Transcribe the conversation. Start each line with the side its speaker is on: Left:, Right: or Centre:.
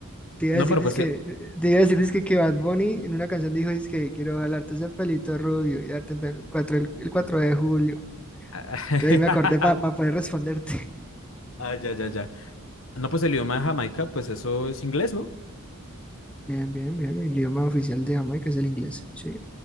Centre: Te iba
Left: No,
Centre: a decir,
Left: pero
Centre: dizque-
Left: pues el...
Centre: te iba a decir dizque que Bad Bunny en una canción dijo, que quiero jalarte ese pelito rubio y darte el 4 el, el 4 de julio.
Left: <laughs>
Centre: Entonces ahí me acordé para poder responderte. <laughs>
Left: Ah, ya, ya, ya. No, pues el idioma de Jamaica, pues eso es inglés, ¿no?
Centre: Bien, bien, bien. El idioma oficial de Jamaica es el inglés. Sí.